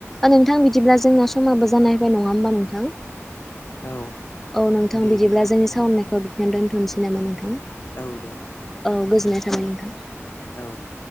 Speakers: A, in the centre; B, on the left.
A: नोंथां बिदिब्ला जोंना समाबो जानाय फैबाय नङा होमबा नोंथां
B: औ
A: औ नोंथां
B: दे
A: बिदिब्ला जोंनि
B: नोंथां
A: सावनायखौ बिथियावनो दोनथ'नोसै नामा? नोंथां
B: औ औ दे
A: औ गोजोननाय थाबाय नोंथां
B: औ